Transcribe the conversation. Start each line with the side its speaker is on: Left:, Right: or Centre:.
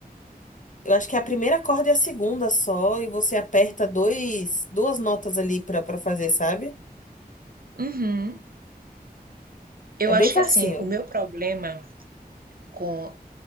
Left: eu acho que a primeira corda é a segunda só e você aperta dois, duas notas ali pra, pra fazer, sabe?
Right: Uhum. Eu
Left: É bem
Right: acho
Left: facinho.
Right: que assim, o meu problema com,